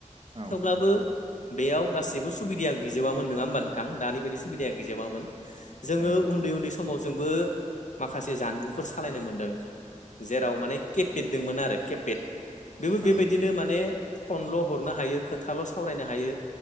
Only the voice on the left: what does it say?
थेवब्लाबो बेयाव गाससिबो सुबिदाया गैजोबामोन नङा होमबा नोंथां दानि बेबायदि सुबिदाया गैजोबामोन जोङो
उन्दै उन्दै समाव जोंबो माखासे जानबुंफोर सालायनो मोनदों जेराव माने के पेट दंमोन आरो केपेट बेबो बेबाय
फनल' हरनो हायो खोथाल' सावरायनो हायो